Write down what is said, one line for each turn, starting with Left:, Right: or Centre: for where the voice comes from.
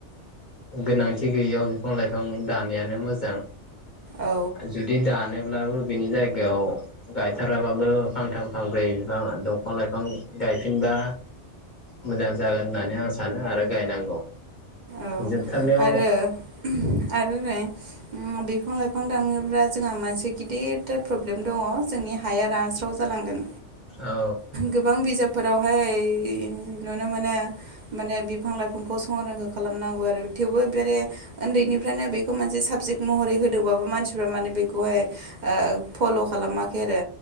Left: गोनांथि गैयियाव बिफां लाइफां दानैयानो मोजां।
Right: औ
Left: जुदि दानो अब्लाबो बिनि जायगायाव गायथाराबाबो फांथाम फांब्रै बिफां दंफां लाइफां गायफिनबा मोजां जागोन होननानै आं सानो आरो गायनांगौ।
Right: औ
Left: जोबथारनायाव
Right: आरो आरो नै बिफां लाइफां दानोब्ला जोंहा मोनसे गिदिर थार प्रब्लेम दङ जोंनि हाया रानस्राव जालांगोन
Left: औ
Right: गोबां बिजाबफोरावहाय नुनो मोनो माने बिफां लाइफांखौ संरैखा खालामनांगौ आरो थेवबो बेे उन्दैनिफ्रायनो बेखौ मोनसे साबजेक्ट महरै होदोंबाबो मानसिफ्रा माने बेखौहाय फल खालामाखै आरो